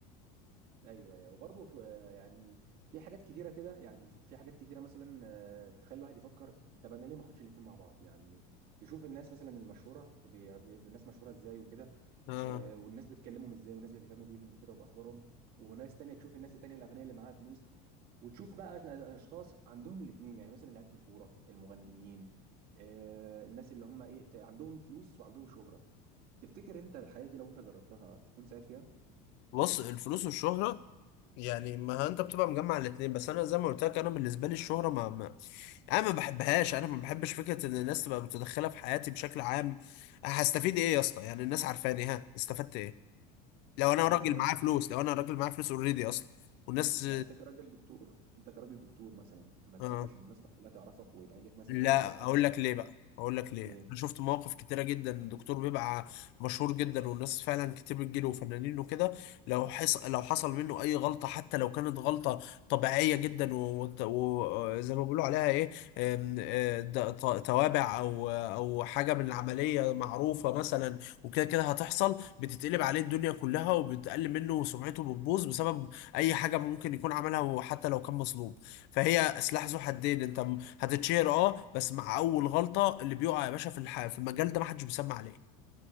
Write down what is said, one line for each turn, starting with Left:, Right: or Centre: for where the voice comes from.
Right: <laughs> ايوه ايوه وبرضه في- آه، يعني في حاجات كتيره كده يعني في في حاجات كتيره مثلا آه، تخلي الواحد يفكر طب انا ليه ما اخدش الاتنين مع بعض يعني تشوف الناس مثلا المشهوره بي... بي... الناس مشهوره ازاي وكده
Left: آه.
Right: آه، والناس بتكلمهم ازاي والناس بتهتم بيهم وكده وباخبارهم وناس تانية تشوف الناس التانية الاغنياء اللي معاها فلوس وتشوف بقى أش- اشخاص عندهم الاثنين يعني مثلا لعيبه الكوره المغنيين آه، الناس اللي هم ايه ت- عندهم فلوس وعندهم شهره تفتكر انت الحياه دي لو انت جربتها تكون سعيد فيها
Left: بص الفلوس والشهره يعني ما انت بتبقى مجمع الاثنين بس انا زي ما قلت لك انا بالنسبه لي الشهره ما, ما يعني انا ما بحبهاش انا ما بحبش فكره ان الناس تبقى متدخله في حياتي بشكل عام هستفيد ايه يا اسطى يعني الناس عارفاني ها استفدت ايه لو انا
Right: يعني
Left: راجل
Right: انت كراجل
Left: معايا فلوس لو انا راجل معايا فلوس اوريدي اصلا والناس
Right: يعني انت كراجل دكتور انت كراجل دكتور مثلا ما تحبش
Left: اه
Right: الناس كلها تعرفك ويبقى ليك مثلا
Left: لا
Right: متابعين على السوشيال
Left: اقول
Right: ميديا
Left: لك ليه بقى اقول لك ليه
Right: ليه
Left: انا شفت مواقف كتيره جدا الدكتور بيبقى مشهور جدا والناس فعلا كتير بتجيله وفنانين وكده لو حص... لو حصل منه اي غلطه حتى لو كانت غلطه طبيعيه جدا وزي و... و... زي ما بيقولوا عليها ايه أم، أه، د- ط- توابع او او حاجه من العمليه معروفه مثلا وكده كده هتحصل بتتقلب عليه الدنيا كلها وبتقل منه وسمعته بتبوظ بسبب اي حاجه ممكن يكون عملها وحتى لو كان مظلوم فهي سلاح ذو حدين انت م- هتتشهر اه بس مع اول غلطة اللي بيقع يا باشا في الح... في المجال ده محدش بيسمع عليه